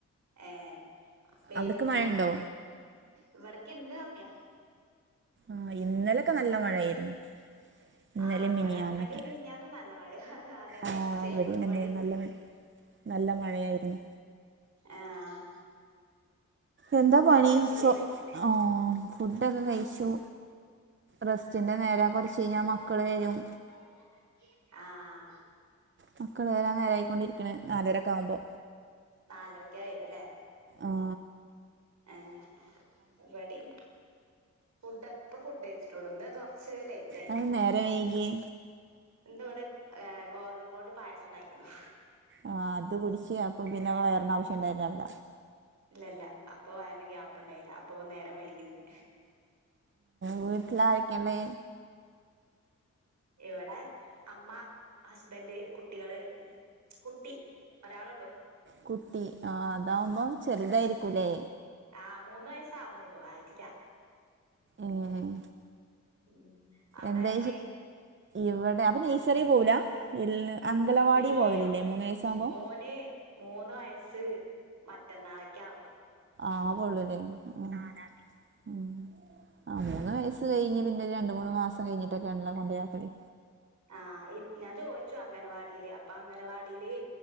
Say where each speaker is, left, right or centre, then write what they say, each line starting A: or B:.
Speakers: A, on the right (about 70°); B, on the right (about 40°).
A: ഏഹ് വെയിലൊക്കെ
B: അവിടക്ക് മഴയുണ്ടോ
A: ഇണ്ടോ ഇവിടെക്കെ ഇന്ന് കമ്മ്യ
B: ആഹ് ഇന്നലൊക്കെ നല്ല മഴയായിരുന്നു ഇന്നലെ
A: ആഹ് ഇവിടെ
B: മിനിയാന്നൊക്കെ
A: ഇന്നലിം മിനിഞ്ഞാന്നും നല്ല മഴ അതന്നെ
B: ആഹ്
A: സെയിം
B: ഇവിടി
A: ഇവടിം
B: തന്നെയ നല്ല മഴ നല്ല മഴയായിരുന്നു
A: ആഹ്
B: എന്താ
A: ഫുഡൊക്കെ
B: പണി
A: കഴിച്ചില്ലേ
B: പ്പോ ആഹ് ഫുഡൊക്കെ കഴിച്ചു റെസ്റ്റിന്റെ നേരാ കൊറച്ച് കഴിഞ്ഞാ മക്കള് വരും
A: <unintelligible> ആഹ്
B: മക്കള് വരാൻ നേരായിക്കൊണ്ടിരിക്കണ് നാലരൊക്കെ ആവുമ്പോ
A: നാലരക്ക വരുവ അല്ലെ
B: ആഹ്
A: ഏഹ് ഇവടി ഫുഡ് ഇപ്പ ഫുഡ് കഴിച്ചിട്ടേള്ളൂ ന്ന് കൊറച്ച് ലേറ്റ് ആയി
B: അത് ന്താ നേരം വൈകിയേ
A: ഇന്ന് ഇവിടെ ഗോതമ്പോണ്ട് പായസം ഇണ്ടാക്കീന്ന്
B: ആഹ് അത് കുടിച്ച് അപ്പൊ പിന്നെ വയറിനാവശ്യണ്ടായില്ല അവ്ട
A: ഇല്ല ഇല്ല അപ്പ വയറിന് ഗ്യാപ്പിണ്ടായില്ല അപ്പൊ നേരം വൈകിന്ന്
B: വീട്ടിലാരൊക്കേണ്ട്
A: ഇവിടെ അമ്മ ഹസ്ബൻഡ് കുട്ടികള് കുട്ടി ഒരാളെള്ളു
B: കുട്ടി ആഹ് താവുമ്പം ചെറുതായിരിക്കൂല്ലേ
A: ആഹ് മൂന്ന് വയസ്സാവണള്ളൂ ആയിട്ടില്ല
B: ഉം
A: ഉം അവിടെ
B: എന്താ
A: ആരൊക്കെ
B: ഇവിടെ അപ്പൊ നെയ്സറി പോവൂല ഇല്ല അങ്കലവാടി
A: ഇല്ലയോ
B: പോവലില്ലേ മൂന്ന് വയസ്സാകുമ്പോ
A: ഓനെ മൂന്ന് വയസ്സ് മറ്റന്നാളൊക്കെ ആവാ
B: ആവൂള്ളുല്ലേ ആഹ് നാലാംന്തി ഉം ആഹ് മൂന്ന് വയസ്സ് കഴിഞ്ഞ് പിന്നെ രണ്ട് മൂന്ന് മാസം കഴിഞ്ഞിട്ടൊക്കെയണെല്ലാം കൊണ്ടു ആക്കല്
A: ആഹ് ഇ ഞാൻ ചോദിച്ചു അംഗനവാടിയില് അപ്പ അംഗനവാടീല്